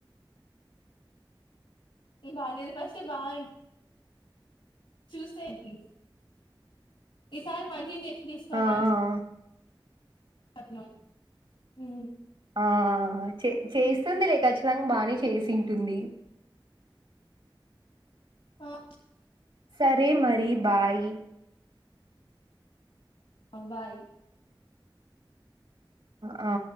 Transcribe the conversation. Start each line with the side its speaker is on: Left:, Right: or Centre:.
Left: ఈ బాలలు ఫస్ట్ బాగుం చూస్తే కి ఈసారి మంచిగ చేసి తీసుకొని
Right: ఆ
Left: రా అని చెప్ చెప్నం హు
Right: ఆ చే చేస్తుంది లే ఖచ్చితంగా బానే చేసింటుంది
Left: ఆ
Right: సరే మరి బాయ్
Left: బాయ్
Right: ఆ